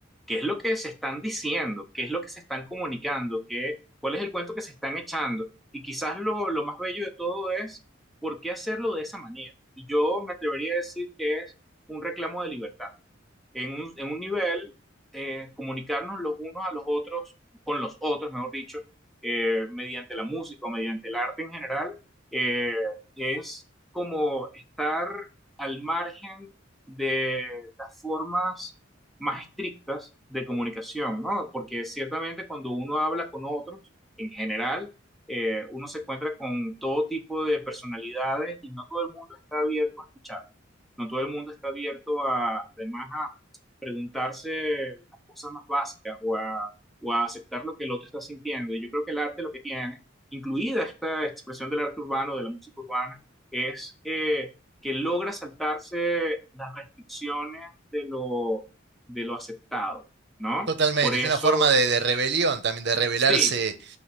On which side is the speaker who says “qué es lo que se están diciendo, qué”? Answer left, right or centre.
Centre